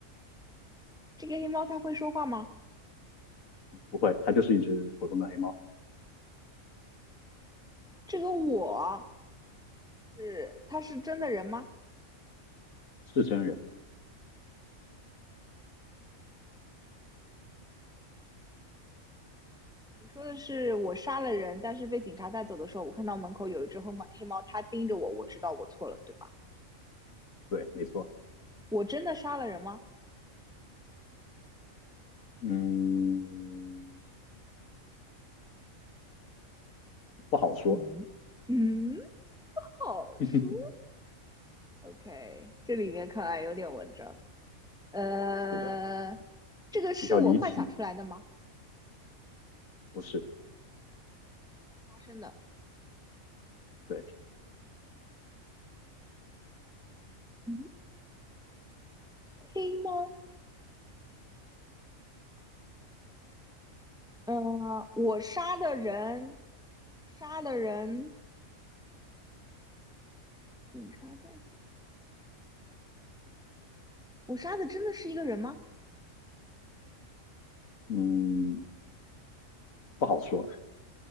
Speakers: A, in the centre; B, on the left.
A: 这个黑猫它会说话吗？
B: 不会，它就是一只普通的黑猫，
A: 这个我是，它是真的人吗？
B: 是真人，
A: 你说的是我杀了人，但是被警察带走的时候，我看到门口有一只黑猫，黑猫它盯着我，我知道我错了，对吧？
B: 对，没错，
A: 我真的杀了人吗？
B: 嗯，不好说，
A: 嗯嗯，好说。
B: <laughs> 是
A: OK，这里面看来有点文章。呃，
B: 的，
A: 这个是我幻想出来的吗？
B: 比较离奇，不是，
A: 发生的。
B: 对，
A: 嗯黑猫，呃，我杀的人，杀的人，警察带走。我杀的真的是一个人吗？
B: 嗯，不好说，